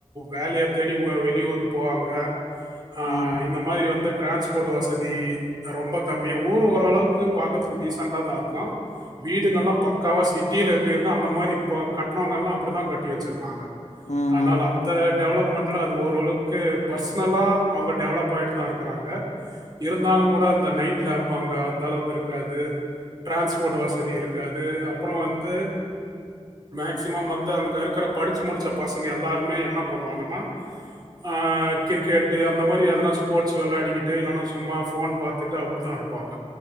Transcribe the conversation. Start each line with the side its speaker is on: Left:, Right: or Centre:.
Right: வேலைய தேடி வெளியூருக்கு போவாங்க ஆ
Left: ம்
Right: இந்த மாதிரி வந்து ட்ரான்ஸ்போட் வசதி ரொம்ப கம்மியா ஊர் ஓரளவுக்கு பாக்கறதுக்கு டீசெண்டா தா இருக் கு வீடுகள்லா பக்காவா சிட்டில எப்டி இருக்கு அந்த மாரி இப்ப கட்றவங்கல்லா அப்டிதா கட்டி வெச்சிருக்காங்க
Left: ம்
Right: ஆனால்
Left: ம்
Right: அந்த டெவலப்மெண்ட்ல அது ஓரளவுக்கு பர்சனலா அவங்க டெவலப் பண்ணிட்டு தா இருக்குறாங்க இருந்தாலு கூட அந்த நைட் லாம்ப் அங்க அந்த அளவுக்கு இருக்காது ட்ரான்ஸ்போட் வசதி இருக்காது அப்றோ வந்து மேக்சிமம் வந்து அங்க இருக்குற படிச்சு முடிச்ச பசங்க எல்லாருமே என்ன பண்ணுவாங்கன்னா அ கிரிக்கெட்டு அந்த மாரி எதனா ஸ்போர்ட்ஸ் வெளாடிக்கிட்டு இல்லனா சும்மா ஃபோன் பாத்துட்டு அப்டி தா இருப்பாங்க